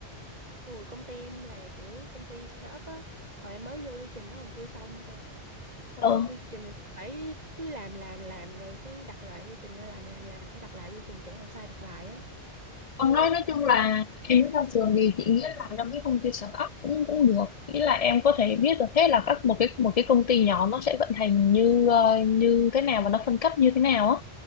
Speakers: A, on the right; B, on the left.
A: Ủa, công ty em là kiểu công ty startup á, hồi em mới vô quy trình nó còn chưa xong cơ.
B: Ừ.
A: Quy trình là phải cứ làm làm làm rồi phải đặt lại quy trình rồi làm làm làm phải đặt lại quy trình chỗ nào sai đặt lại á. Ui,
B: Còn nói nói chung là em mới ra trường thì chị nghĩ là trong cái công ty startup cũng cũng được nghĩa là em có thể biết được hết là các một cái một cái công ty nhỏ nó sẽ vận hành như ờ, như thế nào và nó phân cấp như thế nào á